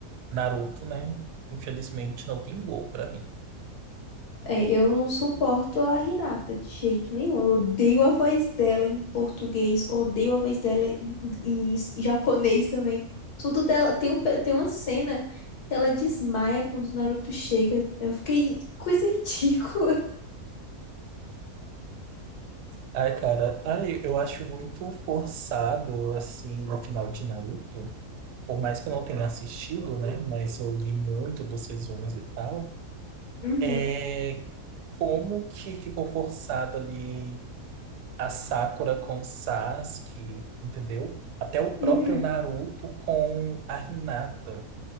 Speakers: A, on the right; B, on the left.
A: Naruto, né? Infelizmente não vingou pra mim.
B: É, eu não suporto a Renata de jeito nenhum. Eu odeio a voz dela em português, odeio a voz dela em, em- em japonês também. Tudo dela. Tem um, pe- tem uma cena que ela desmaia quando o Naruto chega. Eu fiquei. Coisa <laughs> ridícula.
A: Ai, cara, ai, eu acho muito forçado, assim, no final de Naruto. Por mais que eu não tenha assistido, né? Mas eu li muito dos resumos e tal.
B: Uhum,
A: É como que ficou forçado ali a Sakura com o Sasuke, entendeu? Até o próprio
B: uhum.
A: Naruto com a Hinata.